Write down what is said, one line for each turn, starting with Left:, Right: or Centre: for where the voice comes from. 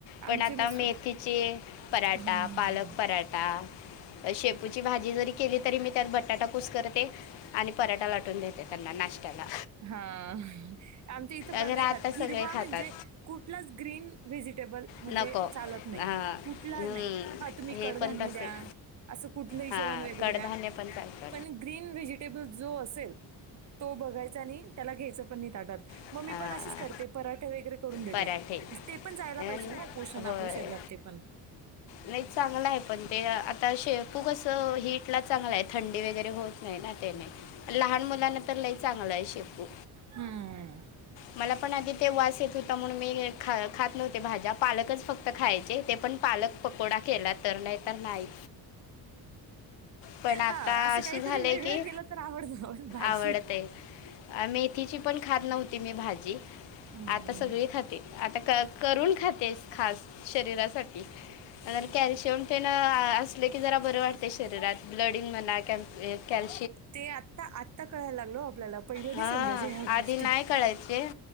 Left: पण
Right: आमचे
Left: आता
Right: मिस्टर
Left: मेथीचे पराठा
Right: हां.
Left: पालक पराठा शेपूची भाजी जरी केली तरी, मी त्यात बटाटा कुस्करते. आणि पराठा लाटून देते, त्यांना नाश्त्याला.
Right: हां. आमच्या इथं पण
Left: वगैरे
Right: नाही,
Left: आता
Right: खात
Left: सगळे
Right: हिरवा
Left: खातात
Right: म्हणजे कुठलाच ग्रीन व्हेजिटेबल म्हणजे
Left: नको
Right: चालत नाही.
Left: हां
Right: कुठला
Left: हम्म.
Right: नाही हा, तुम्ही
Left: हे
Right: कडधान्य
Left: पण तसेच
Right: द्या असं कुठलंही
Left: हां
Right: जेवण वगैरे
Left: कडधान्य
Right: द्या.
Left: पण खायचं.
Right: पण ग्रीन व्हेजिटेबल जो असेल तो बघायचा आणि त्याला घ्यायचं पण नाही, ताटात
Left: अं,
Right: मग मी पण अशीच करते पराठे वगैरे करून देते.
Left: पराठे
Right: ते पण जायला पाहिजे
Left: अन्
Right: ना उपोषण
Left: होय
Right: आपल्या शेजार ते पण.
Left: नाही चांगला आहे पण ते आता शेपू कसं हीट ला चांगलं आहे थंडी वगैरे होत नाही ना तेने, लहान मुलांना तर लई चांगलं आहे शेपू.
Right: हम्म,
Left: मला पण आधी ते वास येत होता, म्हणून मी खात नव्हते भाज्या पालकच फक्त खायचे. ते पण पालक पकोडा केला तर, नाही तर नाही. पण आता
Right: हां, असं
Left: अशी
Right: काहीतरी
Left: झालेय
Right: वेगळं
Left: की,
Right: केलं तर आवडतं. भाजी
Left: आवडतय. अ मेथीची पण खात नव्हती मी भाजी.
Right: अं,
Left: आता सगळी खाते आता करून खाते खास शरीरासाठी. कॅल्शियम तेन असले की जरा बरे वाटते शरीरात ब्लडिंग म्हणा क <unintelligible> कॅल
Right: ते आता आत्ता कळायला लागलो आपल्याला पहिलं नाही
Left: हां
Right: समजायच ह्या
Left: आधी
Right: गोष्टी.
Left: नाही कळायचे.